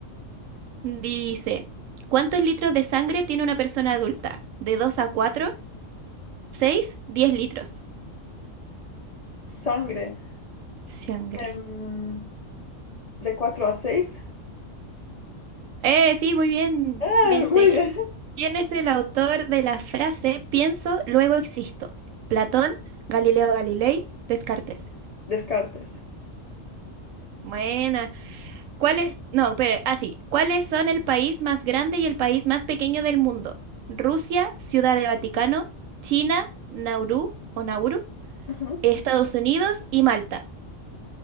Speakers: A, on the right (about 80°); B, on the left (about 75°).
A: Dice, ¿cuántos litros de sangre tiene una persona adulta? ¿De 2 a 4, 6, 10 litros?
B: Sangre.
A: Sangre.
B: em, de 4 a 6.
A: Eh, sí, muy bien.
B: Ah,
A: Dice,
B: muy bien.
A: ¿quién es el autor de la frase pienso, luego existo? Platón, Galileo Galilei, Descartes.
B: Descartes.
A: Buena. ¿Cuál es? No, pero así. ¿Cuáles son el país más grande y el país más pequeño del mundo? Rusia, Ciudad de Vaticano, China, Nauru o Nauru,
B: Ajá.
A: Estados Unidos y Malta.